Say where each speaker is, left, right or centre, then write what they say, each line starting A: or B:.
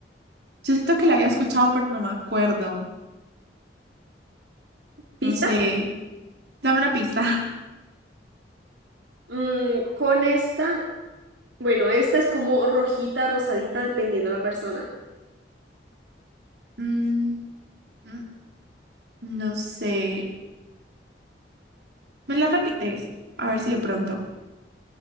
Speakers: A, on the right; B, on the right.
A: yo siento que la había escuchado, pero no me acuerdo. No
B: ¿Pista?
A: sé. Dame una pista. <laughs>
B: Mm, con esta, bueno, esta es como rojita, rosadita, dependiendo la persona.
A: Mm, mm, no sé. ¿Me la repites? A ver si de pronto.